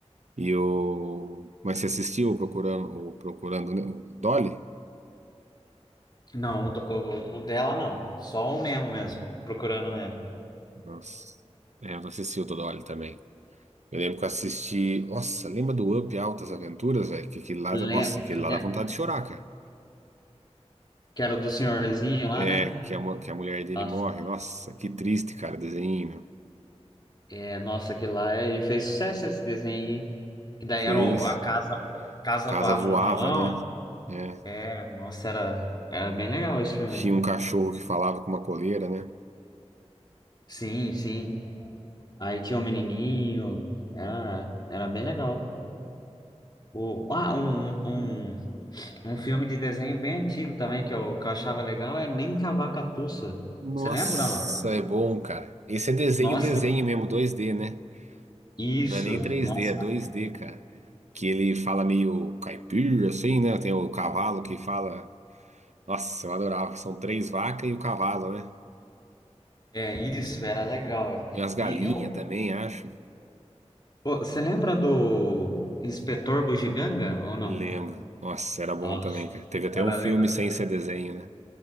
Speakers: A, on the right; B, on the left.
A: E o... Mas você assistiu o Procurando, o Procurando Nemo? o Dolly?
B: Não, o, do- o, o dela não. Só o Nemo mesmo. Procurando o Nemo.
A: Nossa. É, eu não assisti o do Dolly também. Eu lembro que eu assisti... Nossa, lembra do Up Altas Aventuras, velho? Que aquele lá...
B: Le,
A: dá- Nossa, aquele
B: le-
A: lá dá vontade de chorar, cara.
B: que era do senhorzinho lá,
A: É,
B: né?
A: que a, mu- que a mulher dele
B: Nossa,
A: morre. Nossa, que triste, cara, o desenho, meu.
B: é, nossa, aquele lá é, e fez sucesso esse desenho, hein? Que daí
A: Fez.
B: era o- a casa, casa
A: Casa
B: voava
A: voava,
B: no balão.
A: né? É.
B: É, nossa, era, era bem legal esse filme
A: Tinha
B: aí.
A: um cachorro que falava com uma coleira, né?
B: Sim, sim. Aí tinha o menininho. Era, era bem legal. O, ah, um, um, um filme de desenho bem antigo também que eu, que eu achava legal é Nem Cavaca Tussa.
A: Nossa,
B: Você lembra ou não?
A: é bom, cara. Esse é desenho,
B: Nossa,
A: desenho mesmo, 2D, né?
B: isso.
A: Não é nem 3D,
B: Nossa,
A: é 2D, cara. Que ele fala meio caipira, assim, né? Tem o cavalo que fala. Nossa, eu adorava. São três vacas e o cavalo, né?
B: é isso, era legal.
A: E as galinhas
B: E eu,
A: também, acho.
B: pô, você lembra do Inspetor Bugiganga ou não?
A: Lembro. Nossa, era bom
B: Nossa,
A: também, cara. Teve até
B: era
A: um filme
B: legal.
A: sem ser desenho, né?